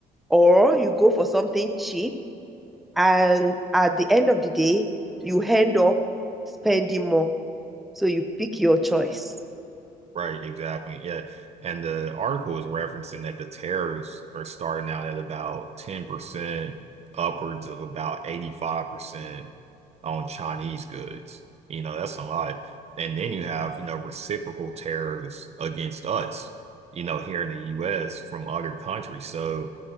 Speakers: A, in the centre; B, on the right (about 40°).
A: or you go for something cheap and at the end of the day, you end up spending more. So you pick your choice.
B: Right, exactly. Yeah. And the article is referencing that the tariffs are starting out at about 10% upwards of about 85% on Chinese goods. You know, that's a lot. And then you have, you know, reciprocal tariffs against us, you know, here in the US from other countries. So,